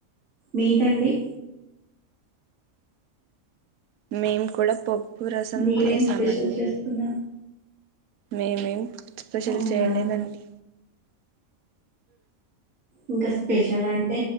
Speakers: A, on the right; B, on the right.
A: మీదండి
B: మేము కూడా పప్పు రసం
A: మీరేం
B: చేసామండి
A: స్పెషల్ చేసుకున్నారు
B: మేమేం స్పెషల్
A: అవునా
B: చేయలేదండి
A: ఇంకా స్పెషల్ అంటే